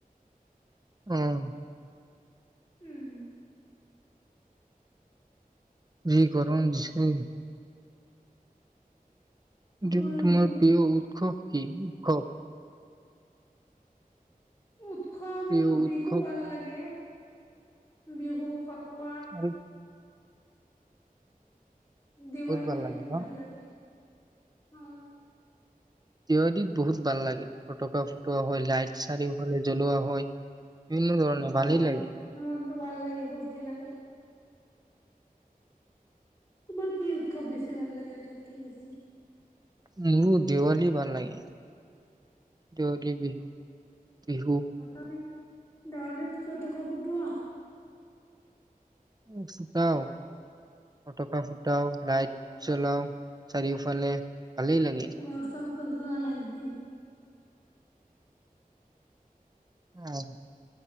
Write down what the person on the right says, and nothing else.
অহ'।
যি গৰম দিছে। জিম
তোমাৰ
প্ৰিয় উৎস কি কওঁক।
প্ৰিয়
উৎসৱ
আৰু
বহুত ভাল লাগে
ন?
দেৱালীত বহুত ভাল লাগে, ফটকা ফু তোৰ হয়, লাইট চাৰিওফালে জ্বলোৱা হয়। বিভিন্ন ধৰণে
ভালেই লাগে।
মোৰো দেৱালী ভাল লাগে। দেৱালী, বিহু। বিহু
উম, যাওঁ। ফটকা ফুটাও, লাইট জ্বলাও চাৰিওফ ফালে ভালেই লাগে।
অহ'